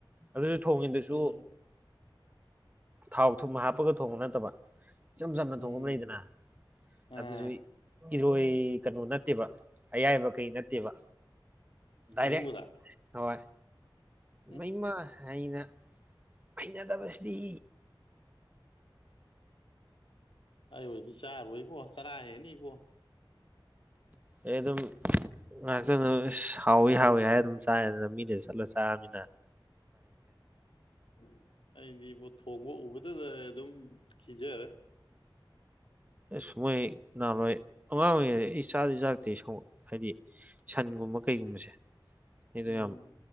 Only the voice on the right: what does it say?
ꯑꯗꯨꯁꯨ ꯊꯣꯡꯉꯤꯗꯨꯁꯨ
ꯊꯥꯎ ꯊꯨꯝ ꯍꯥꯞꯄꯒ ꯊꯣꯡꯕ ꯅꯠꯇꯕ ꯏꯆꯝ ꯆꯝꯅ
ꯊꯣꯡꯐꯝ ꯂꯩꯗꯅ
ꯑꯗꯨꯁꯨ ꯏꯔꯣꯏ ꯀꯩꯅꯣ ꯅꯠꯇꯦꯕ ꯑꯌꯥꯏꯕ ꯀꯩ ꯅꯠꯇꯦꯕ ꯗꯥꯏꯔꯦꯛ
ꯍꯣꯏ
ꯏꯃ ꯏꯃ ꯍꯅꯦ ꯐꯩꯅꯗꯕꯁꯗꯤ
ꯑꯩ ꯑꯗꯨꯝ ꯉꯥꯏꯍꯥꯛꯇꯪꯗ ꯍꯥꯎꯋꯤ ꯍꯥꯎꯋꯤ ꯍꯥꯏꯔ ꯑꯗꯨꯝ ꯆꯥꯏꯅꯤꯅ ꯃꯤꯅꯁꯨ ꯁꯠꯂ ꯆꯥꯔꯃꯤꯅ
ꯑꯁ ꯃꯣꯏ ꯅꯍꯥꯟꯋꯥꯏ ꯑꯉꯥꯡ ꯑꯣꯏꯔꯤꯉꯩꯗ ꯑꯩ ꯆꯥꯗꯤ ꯆꯥꯛꯇꯦ ꯁ ꯍꯥꯏꯗꯤ ꯁꯟꯒꯨꯝꯕ ꯀꯩꯒꯨꯝꯦꯣ
ꯌꯥꯝ